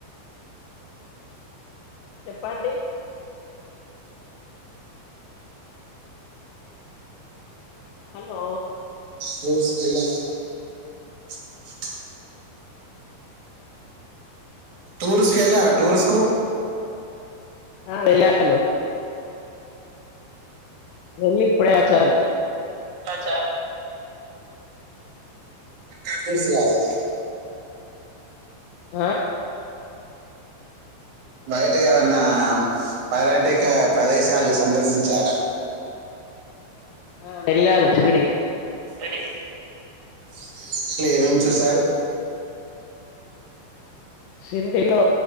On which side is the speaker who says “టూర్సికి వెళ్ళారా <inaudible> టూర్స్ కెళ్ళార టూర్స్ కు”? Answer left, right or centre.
Right